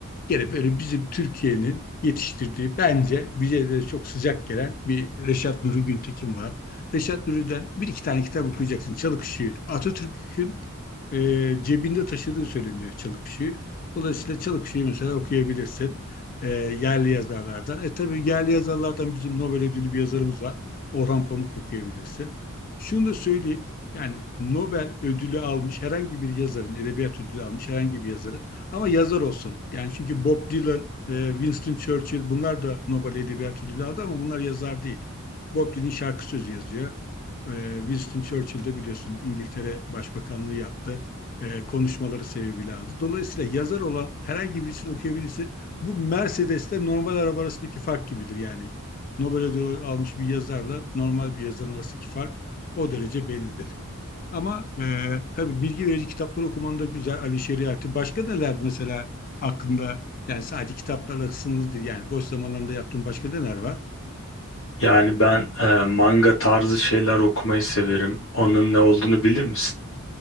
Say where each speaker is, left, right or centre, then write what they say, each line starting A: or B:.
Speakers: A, on the left; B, on the left.
A: gene böyle bizim Türkiye'nin yetiştirdiği bence bize de çok sıcak gelen bir Reşat Nuri Güntekin var. Reşat Nuri'den bir iki tane kitap okuyacaksın. Çalık Işığı. Atatürk'ün e, cebinde taşıdığı söyleniyor Çalık Işığı. Dolayısıyla Çalık Işığı mesela okuyabilirsin. E, yerli yazarlardan. E tabii yerli yazarlardan bizim Nobel ödüllü bir yazarımız var. Orhan Pamuk okuyabilirsin. Şunu da söyleyeyim. Yani Nobel ödülü almış herhangi bir yazarın, edebiyat ödülü almış herhangi bir yazarın ama yazar olsun. Yani çünkü Bob Dylan, e, Winston Churchill bunlar da Nobel Edebiyat Ödülü aldı ama bunlar yazar değil. Bob Dylan şarkı sözü yazıyor. E, Winston Churchill de biliyorsun İngiltere Başbakanlığı yaptı. E, konuşmaları sebebiyle aldı. Dolayısıyla yazar olan herhangi birisini okuyabilirsin. Bu Mercedes'te normal araba arasındaki fark gibidir yani. Nobel ödülü almış bir yazarla normal bir yazarın arasındaki fark o derece bellidir. Ama e, tabii bilgi verici kitapları okuman da güzel. Ali Şeriatı. Başka neler mesela aklında? Yani sadece kitaplarla sınırlı değil. Yani boş zamanlarında yaptığın başka neler var?
B: Yani ben e, manga tarzı şeyler okumayı severim. Onun ne olduğunu bilir misin?